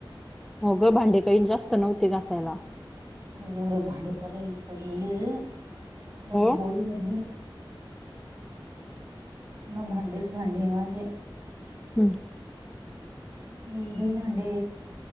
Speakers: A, in the centre; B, on the right.
A: हो गं. भांडे काही जास्त नव्हते घासायला.
B: अरे एवढे भांडे परईत पडलेले. उगाच
A: हो
B: बाउल भरली. पुन्हा भांडेच भांडे म्हणजे.
A: हम्म.
B: एवढे भांडे